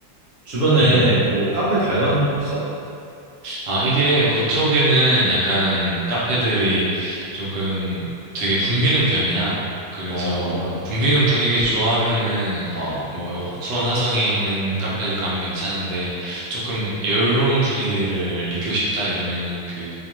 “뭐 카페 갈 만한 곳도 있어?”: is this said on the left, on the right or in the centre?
Right